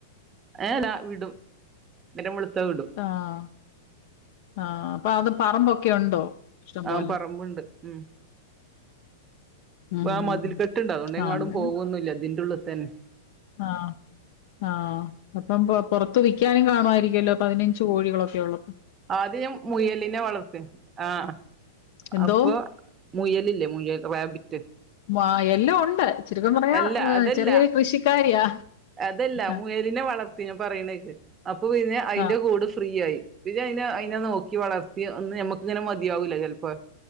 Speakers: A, on the right (about 25°); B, on the left (about 60°).
A: ഏ ഡാ വിടും നേരം വെളുത്ത വിടും
B: ആഹ് ആഹ് അപ്പൊ അത് പറമ്പൊക്കെ ഉണ്ടോ ഇഷ്ടം
A: ആ
B: പോലെ
A: പറമ്പുണ്ട് ഉം
B: ഉം
A: ആ മതിൽ
B: ഉം
A: കെട്ടുണ്ട് അതുകൊണ്ടെങ്ങാടും
B: ആഹ് അങ്ങനെ
A: പോകൊന്നുമില്ല അതിന്റെ ഉള്ളിൽ തന്നെ
B: ആഹ് ആഹ് അപ്പം പുറത്ത് വിൽക്കാനും കാണുമായിരിക്കല്ലോ അപ്പോ അതിന് ചോഴികൾ ഒക്കെ ഉള്ളൂ
A: ആദ്യ ഞാൻ മുയലിനെ വളർത്തു ആഹ്
B: എന്തോ?
A: അപ്പൊ മുയലില്ലേ മുയൽ റാബിറ്റ്
B: <inaudible> എല്ലാം ഉണ്ട് ചുരുക്കം പറഞ്ഞാൽ
A: അല്ല അതല്ല
B: ചെറിയൊരു കൃഷിക്കാരിയാ
A: അതല്ല
B: ആഹ്
A: മുയലിനെ വളർത്തി ഞാൻ പറയണ കേക്ക് അപ്പൊ പിന്നെ അതിന്റെ
B: ആഹ്
A: കൂട് ഫ്രീ ആയി പിന്നെ അതിനെ അതിനെ നോക്കി വളർത്തി ഒന്ന് ഞമ്മക്കിങ്ങനെ മതിയാവൂലെ ചെലപ്പോ